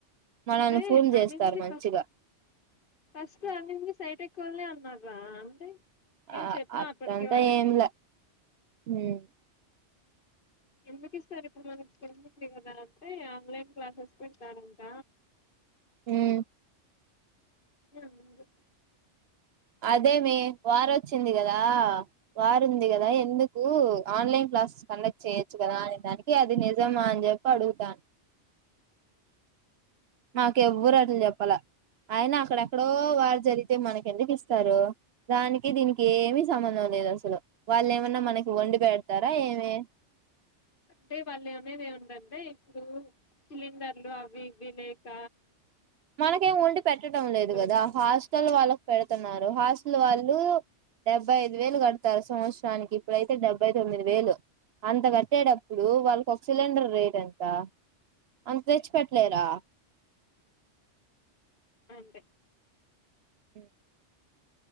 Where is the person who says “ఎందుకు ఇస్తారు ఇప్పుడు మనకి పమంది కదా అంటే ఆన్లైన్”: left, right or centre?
Left